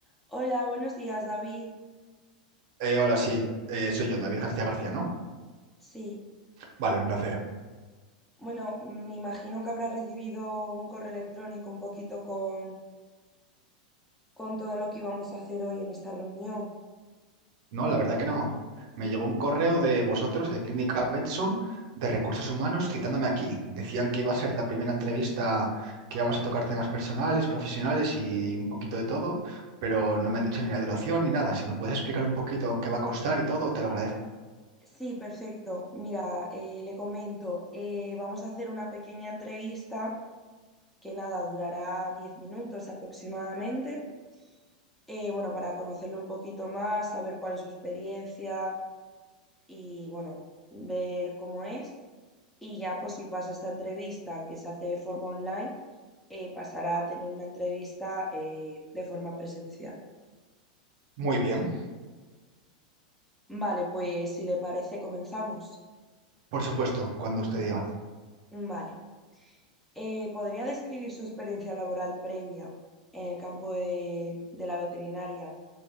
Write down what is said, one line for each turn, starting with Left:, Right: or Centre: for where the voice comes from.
Centre: Hola, buenos días, David.
Right: Eh, hola, sí, Eh, soy yo, David García García, ¿no?
Centre: Sí,
Right: Vale, un placer.
Centre: bueno, me imagino que habrás recibido un correo electrónico un poquito con, con todo lo que íbamos a hacer hoy en esta reunión.
Right: No, la verdad que no. Me llegó un correo de vosotros, de Clínica Betson, de Recursos Humanos, citándome aquí. Decían que iba a ser la primera entrevista que íbamos a tocar temas personales, profesionales y un poquito de todo, pero no me han dicho ni la duración ni nada. Si me puedes explicar un poquito en qué va a constar y todo, te lo agradezco.
Centre: Sí, perfecto. Mira, eh, le comento, eh, vamos a hacer una pequeña entrevista que nada, durará 10 minutos aproximadamente. Eh, bueno, para conocerlo un poquito más, saber cuál es su experiencia y bueno, ver cómo es. Y ya, pues si pasa esta entrevista que se hace de forma online, eh, pasará a tener una entrevista eh, de forma presencial.
Right: Muy bien,
Centre: Vale, pues si le parece, comenzamos.
Right: por supuesto, cuando usted diga.
Centre: Vale. Eh, ¿podría describir su experiencia laboral previa en el campo de, de la veterinaria,